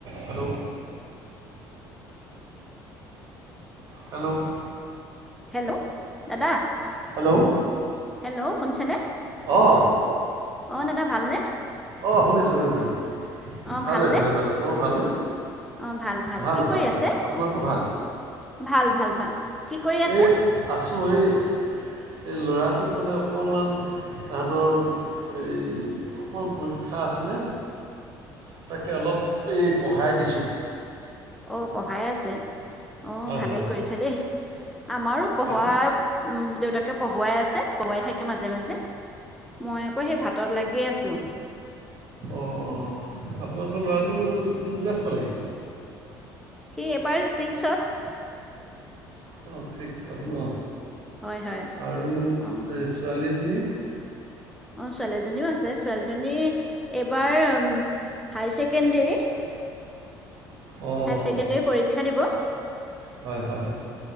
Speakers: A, on the right (about 55°); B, in the centre.
A: হেল্ল' হেল্ল'
B: হেল্ল' দাদা।
A: হেল্ল'
B: হেল্ল' শুনিছেনে
A: অঁ
B: অ দাদা ভালনে।
A: অ শুনিছোঁ শুনিছোঁ,
B: অঁ
A: ভালে
B: ভালনে
A: ভালে ভালে অ ভালনে।
B: অঁ
A: ভাল
B: কি কৰি
A: ভাল ভাল
B: আছে
A: আপোনালোকৰ ভাল।
B: ভাল ভাল ভাল। কি কৰি আছে
A: এই আছোঁ এই এই ল'ৰাটোক মানে অকণমান তাহাঁতৰ এই অকল পৰীক্ষা আছিলে। তাকে অলপ এই পঢ়াই দিছোঁ।
B: অ পঢ়াই আছে অ
A: হয়
B: ভালেই
A: হয় হয়
B: কৰিছে দেই আমাৰো পঢ়া
A: আপোনাৰ
B: উম দেউতাকে পঢ়োৱাই আছে, পঢ়োৱাই থাকে মাজে মাজে। মই আকৌ সেই ভাতত লাগি আছোঁ।
A: অ অ আপোনালোকৰ ল'ৰাটোৰ কোন ক্লাছ পালেগে।
B: সি এবাৰ ছিক্সত।
A: অ ছিক্সত ন
B: হয় হয়
A: আৰু
B: অঁ
A: ছোৱালী জনী।
B: অ ছোৱালীজনীও আছে ছোৱালী ছোৱালী এইবাৰ হাই ছেকেণ্ডাৰী। হাই
A: অঁ
B: ছেকেণ্ডাৰী পৰীক্ষা দিব।
A: হয় হয় হয়।